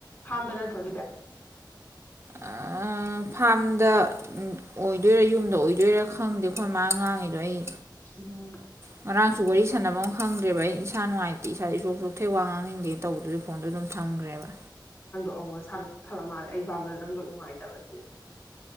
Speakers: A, on the left; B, on the right.
A: ꯐꯥꯝꯗ ꯅꯠꯇ꯭ꯔꯣ ꯑꯗꯨꯗꯤ
B: ꯑꯥ ꯐꯥꯝꯗ ꯑꯣꯏꯗꯣꯏꯔꯥ ꯌꯨꯝꯗ ꯑꯣꯏꯗꯣꯏꯔꯥ ꯈꯪꯗꯦ ꯑꯩꯈꯣꯏ ꯃꯥ ꯉꯥꯡꯉꯤꯗꯣ ꯑꯩ
A: ꯎꯝ
B: ꯉꯔꯥꯡꯁꯨ ꯋꯥꯔꯤ ꯁꯥꯟꯅꯕꯝ ꯈꯪꯗ꯭ꯔꯦꯕ ꯑꯩ ꯏꯁꯥ ꯅꯨꯡꯉꯥꯏꯇꯦ ꯏꯁꯥꯗꯤ ꯁꯣꯛ ꯁꯣꯛꯊꯩ ꯋꯥ ꯉꯥꯡꯅꯤꯡꯗꯦ ꯇꯧꯕꯗꯨꯗꯤ ꯐꯣꯟꯗꯣ ꯑꯗꯨꯝ ꯊꯝꯈ꯭ꯔꯦꯕ
A: <unintelligible> ꯐꯕ ꯃꯥꯜꯂꯦ ꯑꯩ ꯐꯥꯎꯗ ꯅꯪꯗꯣ ꯅꯨꯡꯉꯥꯏꯇꯕꯁꯤꯗꯤ